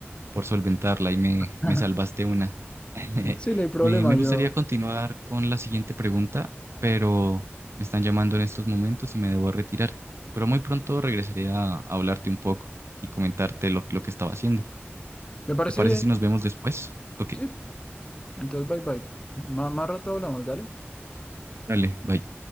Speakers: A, on the right; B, on the left.
A: por solventarla y me,
B: <laughs>
A: me salvaste una. <laughs>
B: Sí, no hay problema,
A: Me, me
B: yo.
A: gustaría continuar con la siguiente pregunta, pero me están llamando en estos momentos y me debo retirar. Pero muy pronto regresaré a, a hablarte un poco y comentarte lo, lo que estaba haciendo.
B: Me parece
A: ¿Te parece
B: bien.
A: si nos vemos después? Ok.
B: Sí, entonces bye bye. más Más rato hablamos, dale.
A: Dale, bye.